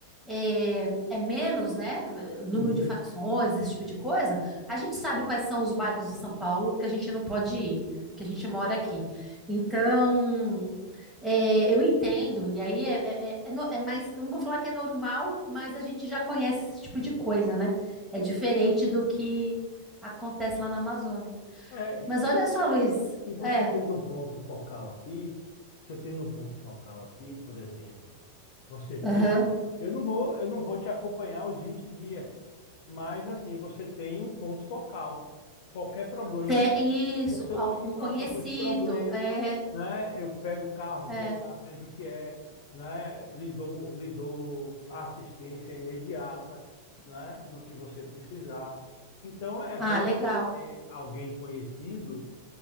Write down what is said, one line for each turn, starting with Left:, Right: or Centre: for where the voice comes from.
Centre: é, é menos, né, número
Left: uhum.
Centre: de facções, esse tipo de coisa, a gente sabe quais são os bairros de São Paulo que a gente não pode ir, porque a gente mora aqui. Então, é, eu entendo, e aí é, é, é, é no- é mais, eu não vou falar que é normal, mas a gente já conhece esse tipo de coisa, né? É diferente do que acontece lá na Amazônia.
Left: É, e,
Centre: Mas olha só, Luiz,
Left: e você
Centre: é,
Left: tendo um ponto focal aqui, você tendo um ponto focal aqui, por exemplo. Você vindo,
Centre: Aham.
Left: eu não vou, eu não vou te acompanhar os 20 dias, mas assim, você tem um ponto focal. Qualquer problema,
Centre: tem isso,
Left: você,
Centre: algum
Left: Luiz,
Centre: conhecido,
Left: ó, tô com esse problema,
Centre: é,
Left: né? Eu pego o carro,
Centre: é.
Left: vou lá, vejo o que é, né? Lhe dou, lhe dou a assistência imediata, né? No que você precisar. Então, é bom
Centre: Ah, legal,
Left: você ter alguém conhecido